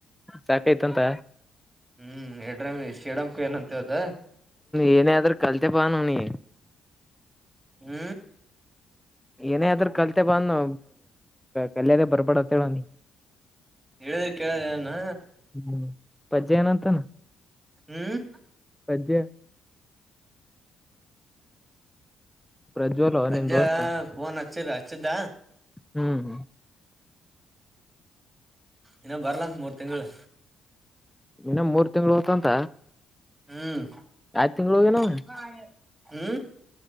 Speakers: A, in the centre; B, on the right.
A: ಸಾಕಾಯ್ತು ಅಂತ
B: ಹ್ಮ್ ಎಡ್ರ ಶೀಡಮಕು ಏನಂತವದ
A: ಏನೇ ಆದ್ರೂ ಕಲ್ತೆ ಬಾ ಅವನಿಗೆ
B: ಹ್ಮ್
A: ಏನೇ ಆದ್ರೂ ಕಲ್ತೆ ಬ ಅನು ಕಲ್ಯಾಣೆ ಬರ್ಬಡ ಅಂತ ಹೇಳ ಅವನಿಗೆ
B: ಹೇಳಿದ್ರ ಕೇಳದ ಅವನು
A: ಹ್ಮ್ ಪಜ್ಜಯಏನಂತಾನ
B: ಹ್ಮ್
A: ಪಜ್ ಪ್ರಜ್ವಲ್
B: ಪಜ್ಜಾ
A: ನಿಮ್ ದೋಸ್ತ
B: ಫೋನ್ ಹಚ್ಚೆಲ ಹಚ್ಚಿದ
A: ಹ್ಮ್ ಹ್ಮ್
B: ಇನ್ನ ಬರ್ಲಂತ ಮೂರು ತಿಂಗಳು
A: ಇನ್ನ ಮೂರ್ ತಿಂಗ್ಗಳು ಹೋತಂತ
B: ಹ್ಮ್
A: ಯಾವ್ ತಿಂಗ್ಳ ಹೋಗ್ಯನವ
B: <unintelligible> ಹ್ಮ್